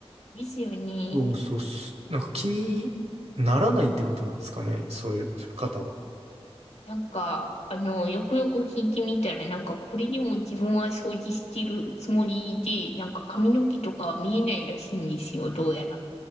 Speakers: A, on the left (about 85°); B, on the right (about 75°).
A: ですよね。
B: そうそうっす、なんか気にならないってことなんですかね、そういう方は。
A: なんか、あの、よくよく聞いてみたら、なんか、これでも自分は掃除してるつもりで、なんか髪の毛とかは見えないらしいんですよ、どうやら。